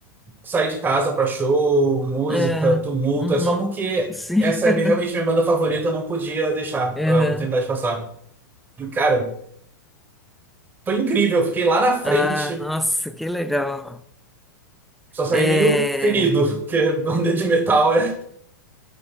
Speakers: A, on the right (about 20°); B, in the centre.
A: sair de casa pra show, música,
B: é,
A: tumulto.
B: uhum,
A: É só porque
B: sim.
A: essa
B: <laughs>
A: é realmente minha banda favorita, eu não podia deixar
B: Uhum.
A: a oportunidade passar. E, cara, foi incrível. Eu fiquei lá na frente,
B: Ah, nossa, que legal.
A: só saí
B: É,
A: meio ferido, porque <laughs> banda de metal é.